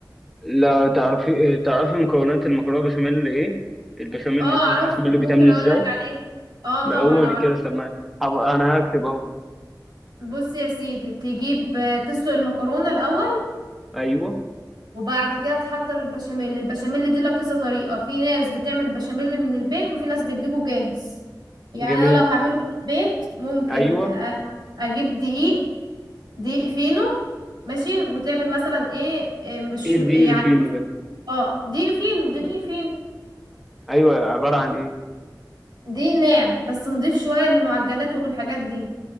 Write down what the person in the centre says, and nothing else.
لا تعرفي تعرفي مكونات المكرونه بشاميل ايه البشاميل
الصوص
البشاميل
بيتعمل
ازاي
ما قولي كده سمعني حب- انا هكتب اهو
ايوه
جميل
ايوه
ايه الدقيق
الفينو ده
ايوه عباره عن ايه